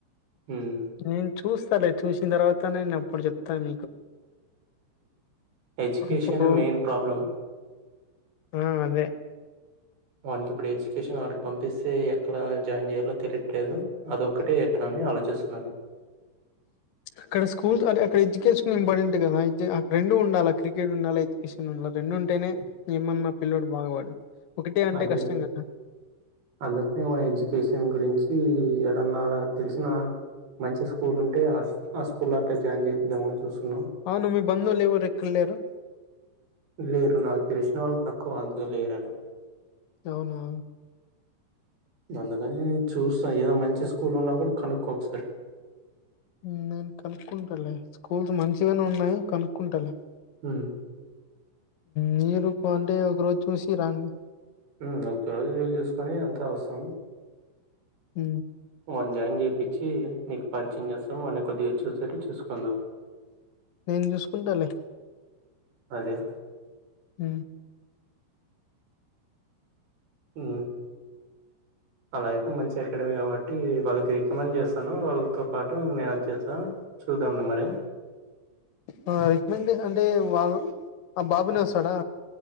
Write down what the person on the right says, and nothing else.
ఉమ్
ఎజ్యుకేషన్
ఏ మెయిన్ ప్రాబ్లం
వాడికి ఇప్పుడు ఎడ్యుకేషన్ వాటికి పంపిస్తే ఎక్కడ జాయిన్ చేయాలో తెలియట్లేదు అదిక్కటే ఎట్నని ఆ లోచేస్తున్నారు
అదే
అందుకనే వాని ఎడ్యుకేషన్ గురించి ఎడన్నా ఆడ తెలిసిన మంచి స్కూల్ ఉంటే ఆ స్కూల్ అట్లా జాయిన్ చేపిద్దాం ని చూసు హలో
లేరు నా తష్ వాళ్ళు తక్కువ అంతుగా లేరడ
అందుకని చూస్తాను ఏదో మంచి స్కూల్ ఉన్నా కూడా కనుక్కో ఒకసారి
ఊ
ఊ ఒక రోజు వీళు చూసుకని అంతా వసాం
వాన్ జాయిన్ చేయించి నీకు పరిచయం చేస్తా మన్న కొద్దిగా చూసేట్టు చూసుకుందువు
అదే
ఊ అలా అయితే మంచి అకాడమీ కాబట్టి వాళ్ళకి రికమెండ్ చేస్తాను వాళ్ళతో పాటు నేను వచ్చేసాను చూద్దాండి మరి